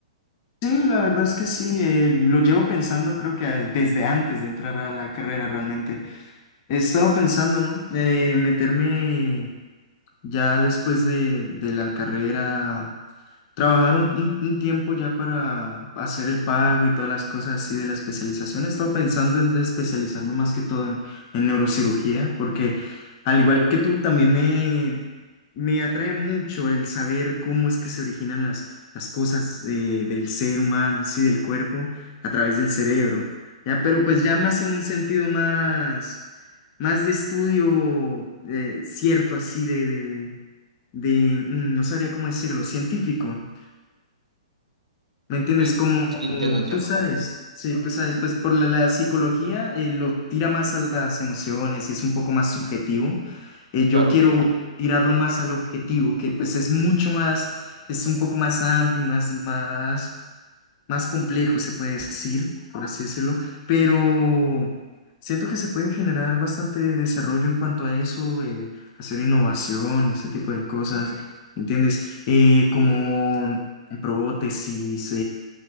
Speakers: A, on the left (about 35°); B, on the right (about 80°).
A: Sí, la verdad es que sí, eh, lo llevo pensando creo que a- desde antes de entrar a la carrera realmente. He estado pensando, ¿no? Eh, meterme ya después de, de la carrera. Trabajar un, un- un tiempo ya para hacer el pago y todas las cosas así de la especialización. He estado pensando en especializarme más que todo en, en neurocirugía, porque al igual que tú, también me, me atrae mucho el saber cómo es que se originan las, las cosas de- del ser humano, sí, del cuerpo, a través del cerebro. Ya, pero pues ya más en un sentido más, más de estudio eh, cierto, así de, de, de, de, mm, no sabría cómo decirlo, científico. ¿Me entiendes?
B: Mm,
A: Como
B: sí, entiendo, entiendo.
A: tú sabes, sí, tú sabes, pues por la, la psicología eh, lo tira más a las emociones y es un poco más subjetivo. Eh, yo
B: Claro.
A: quiero tirarlo más al objetivo, que pues es mucho más, es un poco más amplio, más, más, más complejo, se puede decir, por así decirlo, pero siento que se puede generar bastante desarrollo en cuanto a eso, eh, hacer innovación, ese tipo de cosas, ¿me ¿entiendes? Eh, como prótesis,